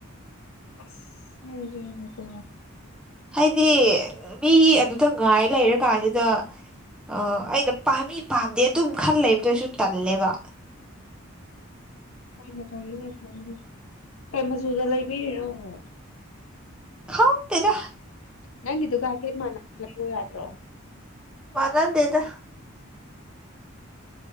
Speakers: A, on the left (about 75°); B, in the centre.
A: ꯑꯁ ꯅꯪ ꯁꯨ
B: ꯍꯥꯏꯗꯤ ꯃꯤ ꯒꯤ ꯑꯗꯨꯗ ꯉꯥꯏ ꯂꯩꯔ ꯀꯥꯟꯁꯤꯗ ꯑ ꯑꯩꯅ ꯄꯥꯝꯃꯤ ꯄꯥꯝꯗꯦ ꯑꯗꯨꯝ ꯈꯟ ꯂꯩꯕꯗꯁꯨ ꯇꯜꯂꯦꯕ
A: ꯂꯩꯅꯦ ꯈꯅꯦ ꯈꯔꯤꯅꯦ ꯀꯩ ꯃꯆꯨꯗ ꯂꯩꯕꯤꯔꯤꯅꯣ ꯑꯃꯨꯛ
B: ꯈꯪꯇꯦꯇ
A: ꯅꯪꯒꯤꯗꯨꯒ ꯍꯥꯏꯐꯦꯠ ꯃꯥꯟꯅꯕ ꯂꯩꯌꯨ ꯌꯥꯗ꯭ꯔꯣ
B: ꯃꯥꯅꯗꯦꯗ